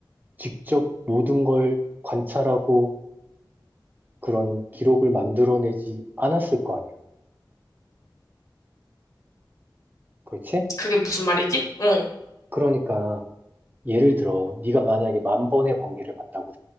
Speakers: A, on the right; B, on the left.
A: 직접 모든 걸 관찰하고 그런 기록을 만들어내지 않았을 거 아니야. 그렇지?
B: 그게 무슨 말이지? 응,
A: 그러니까 예를 들어 네가 만약에 만 번의 번개를 봤다고